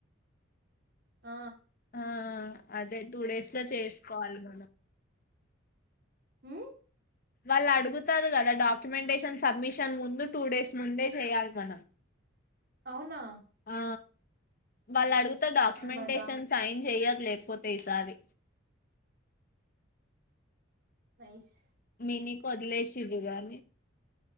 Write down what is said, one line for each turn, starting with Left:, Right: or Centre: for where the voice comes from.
Right: ఆ
Left: ఆ ఆ అదే టూ డేస్ లో చేసుకోవాలి మనం
Right: మ్
Left: వాళ్ళు అడుగుతారు కదా డాక్యుమెంటేషన్ సబ్మిషన్ ముందు టూ డేస్ ముందే చేయాలి మనం
Right: అవునా
Left: ఆ వాళ్ళు అడుగుత డాక్యుమెంటేషన్
Right: అట్లమాట
Left: సైన్ జేయ లేకపోతే ఈసారి
Right: వైస్
Left: మినికి వదిలేసిరు గాని